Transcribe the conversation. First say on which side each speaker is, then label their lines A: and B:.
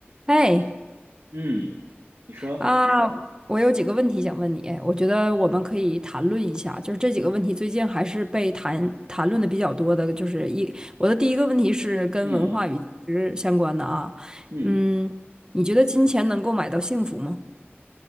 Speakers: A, on the right; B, on the right.
A: 哎
B: 嗯，你说，
A: 啊，我有几个问题想问你，我觉得我们可以谈论一下，就是这几个问题最近还是被谈谈论的比较多的，就是一，我的第一个问题是跟文化与价值相关的啊，
B: 嗯嗯
A: 嗯，你觉得金钱能够买到幸福吗？